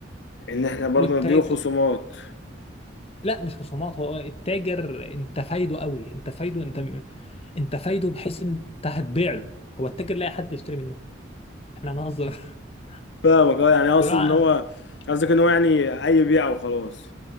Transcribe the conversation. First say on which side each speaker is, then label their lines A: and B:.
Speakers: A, on the left (about 65°); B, on the left (about 30°).
A: ان احنا برضو
B: والتاج
A: نديله خصومات
B: لا مش خصومات هو التاجر انت فايده قوي انت فايده انت انت فايده بحيث انت هتبيع له هو التاجر لاقي حد يشتري منه احنا هنهزر <laughs>
A: فاهمك اه يعني اقصد
B: طلع
A: ان هو قصدك ان هو يعني اي بيعه وخلاص